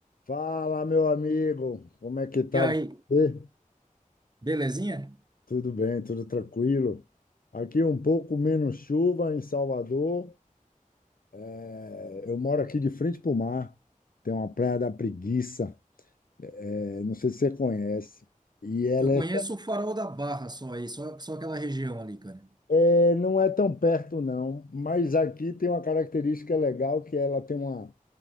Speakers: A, on the left; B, on the right.
A: Fala, meu amigo, como é que tá
B: E aí,
A: você?
B: belezinha?
A: Tudo bem, tudo tranquilo? Aqui um pouco menos chuva em Salvador. É, Eu moro aqui de frente para o mar. Tem uma praia da Preguiça, é, não sei se você conhece. E ela
B: Eu conheço
A: é,
B: o Farol da Barra só aí, só, só aquela região ali, cara.
A: é, não é tão perto não, mas aqui tem uma característica legal que ela tem uma,